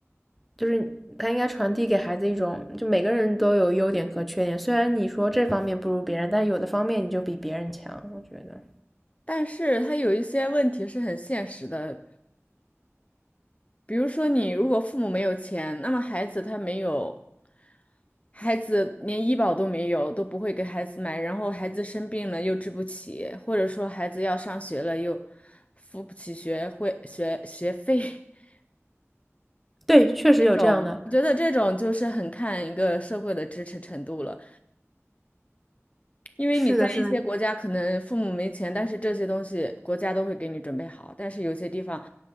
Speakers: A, in the centre; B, on the left.
A: 就是他应该传递给孩子一种，就每个人都有优点和缺点。虽然你说这方面不如别人，但有的方面你就比别人强。我觉得
B: 但是他有一些问题是很现实的，比如说你如果父母没有钱，那么孩子他没有，孩子连医保都没有，都不会给孩子买，然后孩子生病了又治不起，或者说孩子要上学了又付不起学会学学费，<laughs>
A: 对，确实有这样的。
B: 这种我觉得这种就是很看一个社会的支持程度了，因为你在一些国家可能父母没钱，
A: 是的，是的，
B: 但是这些东西国家都会给你准备好，但是有些地方，